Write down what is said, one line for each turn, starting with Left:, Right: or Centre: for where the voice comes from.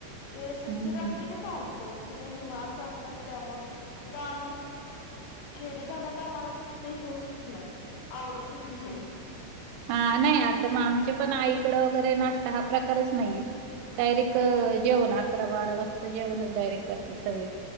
Left: ते सिट्टीत
Right: हं.
Left: असलं की चालतं, ते काय निवांत असतात त्यामुळं, इकड आम्ही खेडी भागात आम्हाला तस ते ह्योच होत नाही, आवरतच नाही.
Right: हां नाही, आता मग आमच्या पण आईकडं वगैरे नाश्ता हा प्रकारच नाहीये, डायरेक्ट जेवण, अकरा बारा वाजता जेवणच डायरेक्ट करतात सगळे.